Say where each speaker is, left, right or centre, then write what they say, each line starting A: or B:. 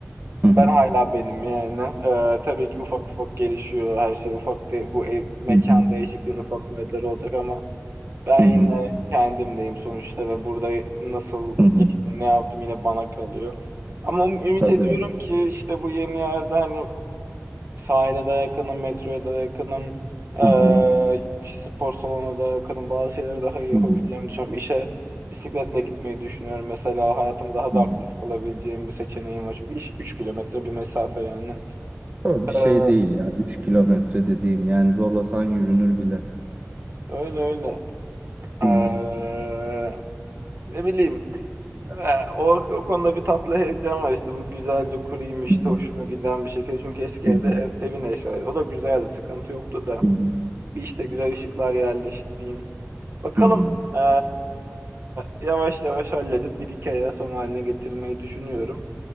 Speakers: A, on the right; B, on the right.
A: Hı
B: Ben
A: hı.
B: hala benim yani. Eee, tabii ki ufak ufak gelişiyor her şey. Ufak de, bu ev, mekan
A: Hı hı.
B: değişikliğinin ufak faydaları olacak ama ben
A: Hı
B: yine
A: hı.
B: kendimdeyim sonuçta ve burada nasıl
A: Hı hı.
B: yaşadım ne yaptım yine bana kalıyor. Ama um- ümit
A: Tabii.
B: ediyorum ki işte bu yeni yerde hani Sahile de yakınım, metroya da yakınım. Eee,
A: Hı hı.
B: işte spor salonuna da yakınım. Bazı şeyleri daha iyi yapabileceğimi
A: Hı hı.
B: düşünüyorum. İşe bisikletle gitmeyi düşünüyorum. Mesela hayatımı daha
A: Hı.
B: da aktif kılabileceğim bir seçeneğim var. Çünkü iş 3 kilometre bir mesafe yani.
A: O
B: Eee,
A: bir şey değil ya. üç kilometre dediğin yani zorlasan yürünür bile.
B: öyle öyle. Eee,
A: Hı hı.
B: ne bileyim. Eee, o, o konuda bir tatlı heyecan var işte. Bu güzelce kurayım işte
A: Hı hı.
B: hoşuma giden bir şekilde. Çünkü eski
A: Hı
B: evde
A: hı.
B: ev, evin eşyaları. O da güzeldi. Sıkıntı yoktu da.
A: Hı hı.
B: Bir işte güzel ışıklar yerleştireyim. Bakalım.
A: Hı hı.
B: Eee, yavaş yavaş halledip bir iki aya son haline getirmeyi düşünüyorum.